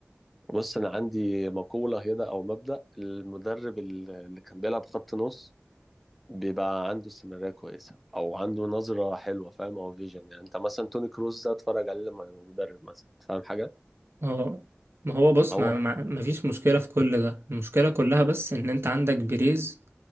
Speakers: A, in the centre; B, on the right.
A: بص أنا عندي مقولة هنا أو مبدأ المدرب ال- اللي كان بيلعب خط نص بيبقى عنده استمرارية كويسة أو عنده نظرة حلوة فاهم أو فيجن يعني أنت مثلا توني كروز ده اتفرج عليه لما يبقى مدرب مثلا فاهم حاجة
B: اه ما هو بص
A: هو
B: ما, ما, ما فيش مشكله في كل ده المشكله كلها بس ان انت عندك بيريز